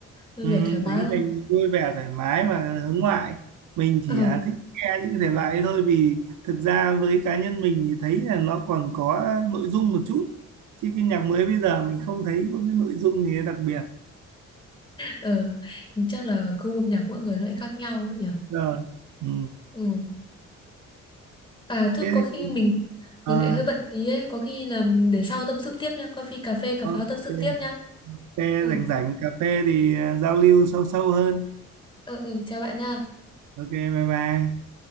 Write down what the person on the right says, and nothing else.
Ừ,
tính
mình thì vui vẻ thoải mái mà hướng ngoại mình chỉ
à, thích nghe những cái thể loại ấy thôi vì thực ra với cá nhân mình thì thấy là nó còn có nội dung một chút chứ cái nhạc mới bây giờ mình không thấy có cái nội dung gì đặc biệt
rồi ừ.
thế
thì
à,
ok
thế
rảnh
rảnh cà phê thì à, giao lưu sâu sâu hơn
ok bye bye